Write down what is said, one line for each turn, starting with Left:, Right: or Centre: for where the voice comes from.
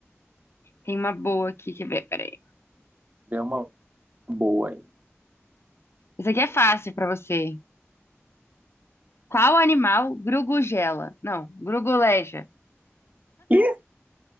Left: tem uma boa aqui, quer ver? Peraí.
Right: Deu uma boa aí.
Left: Isso aqui é fácil pra você. Qual animal grugugela? Não, gruguleja.
Right: Ih!